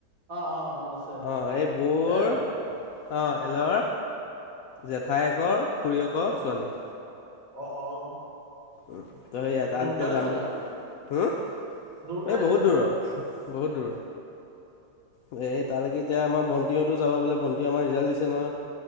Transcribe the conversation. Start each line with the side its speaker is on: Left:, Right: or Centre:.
Right: অ', অ', মনত
Left: অ' এই বৌৰ
Right: পায়েল।
Left: অ', এলৰ জেঠায়কৰ খুৰীয়েকৰ
Right: অ
Left: ছোৱালী।
Right: অ', অ',
Left: উ, তই এয়া তাত
Right: দুৰ্গাৰ
Left: এতিয়া যাম
Right: ষ্টেটাৰ
Left: বুলি
Right: মানে
Left: হুম,
Right: দুৰ্গাৰ
Left: এই বহুত
Right: ষ্টেটাৰ
Left: দূৰৰ বহুত দূৰৰ এ তালৈকে
Right: ঠিকে
Left: এতিয়া
Right: আছে
Left: আমাৰ ভণ্টিহতো যাব বোলে ভণ্টি আমাৰ ৰিজাল্ট দিছে নহয়।